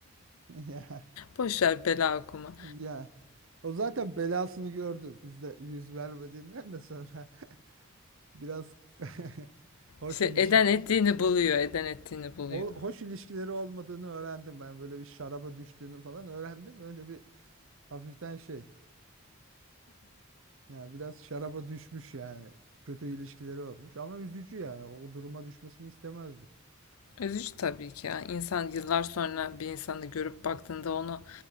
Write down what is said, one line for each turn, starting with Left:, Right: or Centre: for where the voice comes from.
Right: <laughs>
Left: Boş ver bela okuma.
Right: Ya ya o zaten belasını gördü. Biz de yüz vermediğinden de sonra <laughs> biraz <laughs> hoş
Left: İşte
Right: ilişki
Left: eden ettiğini buluyor, eden ettiğini buluyor.
Right: ho- hoş ilişkileri olmadığını öğrendim ben. Böyle bir şaraba düştüğünü falan öğrendim. Öyle bir hafiften şey. Ya biraz şaraba düşmüş yani. Kötü ilişkileri olmuş ama üzücü yani. O duruma düşmesini istemezdim.
Left: Üzücü tabii ki ya. İnsan yıllar sonra bir insanı görüp baktığında onu